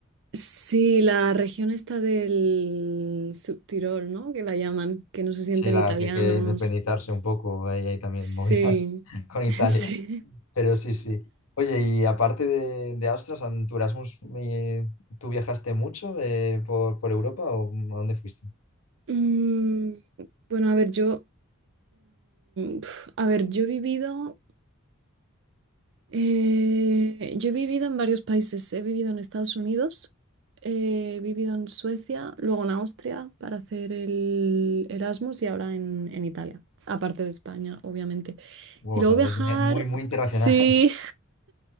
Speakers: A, on the right (about 60°); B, on the left (about 85°).
A: Sí, la región está del Subtirol, ¿no? Que la llaman, que no se sienten
B: Sí, la
A: italianos.
B: que quiere independizarse un poco. Ahí hay también
A: Sí,
B: movidas <laughs> con
A: <laughs>
B: Italia.
A: sí.
B: Pero sí, sí. Oye, y aparte de, de Austria, en tu Erasmus, eh, ¿tú viajaste mucho eh, por, por Europa o a dónde fuiste?
A: Mm, bueno, a ver, yo, mm, pf, a ver, yo he vivido, eh, yo he vivido en varios países. He vivido en Estados Unidos, eh, he vivido en Suecia, luego en Austria para hacer el Erasmus y ahora en, en Italia, aparte de España, obviamente.
B: Wow,
A: Y luego
B: o sea,
A: viajar,
B: es me- muy, muy internacional.
A: sí,
B: <laughs>